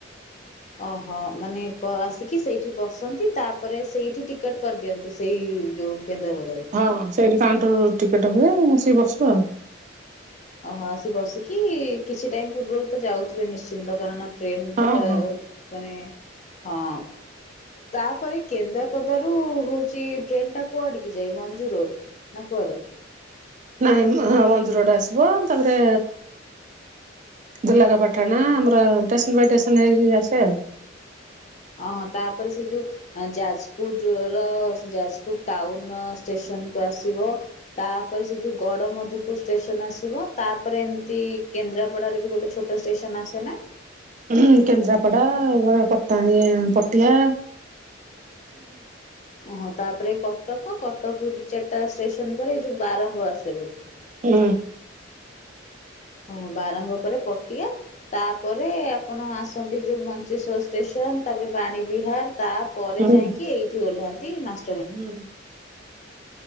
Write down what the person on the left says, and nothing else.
ଓହୋ ମାନେ ଆସିକି ସେଇଠି ବସନ୍ତି ତାପରେ ସେଇଠି ଟିକେଟ୍ କରିଦିଅନ୍ତି ସେଇ ଯୋଉ - କେନ୍ଦ୍ରାଭଦା ରୁ -
ଓହୋ ଆସି ବସିକି କିଛି ଟାଇମ ପୂର୍ବରୁ ତ ଯାଉଥିବେ ନିଶ୍ଚିନ୍ତ କାରଣ- ଟ୍ରେନଟା
ମାନେ ହଁ- ତାପରେ କେନ୍ଦ୍ରାପଦା ରୁ ହଉଛି ଟ୍ରେନ ଟା କୁଆଡିକି ଯାଏ ମଞ୍ଜୁ ରୋଡ। ନା କୁଆଡେ।
ଓହୋ ତାପରେ ସେ ଯୋଉ ଯାଜପୁର ର ଯାଜପୁର ଟାଉନ ଷ୍ଟେସନକୁୁ ଆସିବ। ତାପରେ ସେ ଯୋଉ ଗଡ ମଧୁପୁର ଷ୍ଟେସନ ଆସିବ। ତାପରେ ଏମିତି କେନ୍ଦ୍ରାପଡାରେ ବି ଗୋଟେ ଛୋଟ ଷ୍ଟେସନ ଆସେ ନା।
ଓହୋ ତାପରେ କଟକ କଟକ ରୁ ଦି ଚାରିଟା ଷ୍ଟେସନ ପରେ ଏ ଯୋଉ ବାରଙ୍ଗ ଆସେ ବୋଧେ।
ହଁ ବାରଙ୍ଗ ପରେ ପଟିଆ। ତାପରେ ଆପଣ ଆସନ୍ତି ଯୋଉ ମଞ୍ଚେଶ୍ୱର ଷ୍ଟେସନ ତାପରେ ବାଣୀ ବିହାର ତା ପରେ
ଯାଇକି ଏଇଠି ଓହ୍ଲାନ୍ତି। ମାଷ୍ଟ